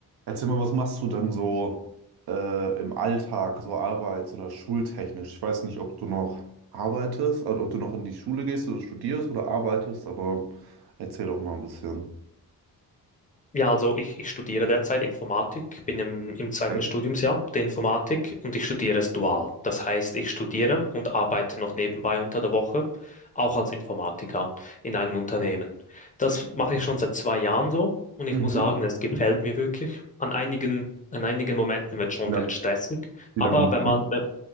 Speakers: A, on the right (about 80°); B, on the left (about 20°).
A: Erzähl mal, was machst du denn so äh, im Alltag, so arbeits- oder schultechnisch? Ich weiß nicht, ob du noch arbeitest, also ob du noch in die Schule gehst oder studierst oder arbeitest, aber erzähl doch mal ein bisschen.
B: Ja, also ich, ich studiere derzeit Informatik, bin im, im zweiten
A: Äh,
B: Studiumsjahr der Informatik und ich studiere es dual. Das heißt, ich studiere und arbeite noch nebenbei unter der Woche, auch als Informatiker in einem Unternehmen. Das mache ich schon seit zwei Jahren so und ich
A: Mhm.
B: muss sagen, es gefällt mir wirklich. An einigen, an einigen Momenten wird es schon
A: Wie lang,
B: recht stressig,
A: wie
B: aber
A: lange musst
B: wenn man,
A: du noch?
B: äh,